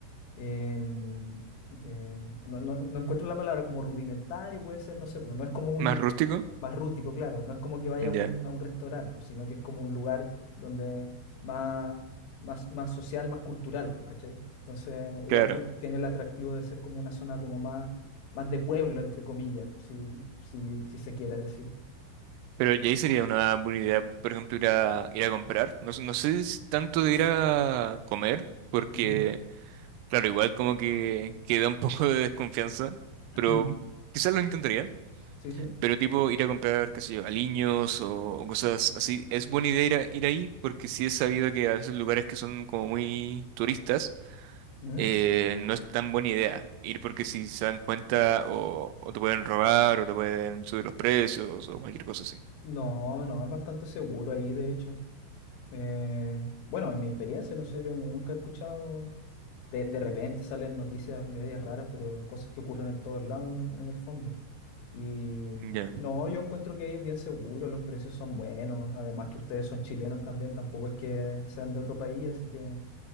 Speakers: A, on the left (about 70°); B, on the right (about 85°).
A: em, eh, no, no- no encuentro la palabra como rudimentario, puede ser, no sé, pues no es como un
B: Más rústico,
A: más rústico, claro, no es como que vaya
B: ya,
A: a un, a un restaurante, pues, sino que es como un lugar donde más, más, más social, más cultural, pues, ¿cachai? Entonces, igual
B: claro.
A: tiene tiene, el atractivo de ser como una zona como más, más de pueblo, entre comillas, si, si, si se quiere decir.
B: Pero ya ahí sería una buena idea, por ejemplo, ir a, ir a comprar. No, sé- no sé si tanto de ir a comer, porque,
A: Ujú.
B: claro, igual como que queda un <laughs> poco de desconfianza, pero
A: <clears throat>
B: quizás lo intentaría.
A: Sí, sí.
B: Pero tipo ir a comprar, qué sé yo, aliños o, o cosas así, es buena idea ir, a- ir ahí porque sí es sabido que a veces lugares que son como muy turistas,
A: Ujú.
B: eh, no es tan buena idea ir porque si se dan cuenta o, o te pueden robar o te pueden subir los precios o cualquier cosa así.
A: No, no, es bastante seguro ahí, de hecho. Eh, bueno, en mi experiencia, no sé, yo nu- nunca he escuchado, de, de repente salen noticias medias raras, pero cosas que ocurren en todos lados en, en el fondo. Y
B: Ya.
A: no, yo encuentro que ahí es bien seguro, los precios son buenos, además que ustedes son chilenos también, tampoco es que sean de otro país, así que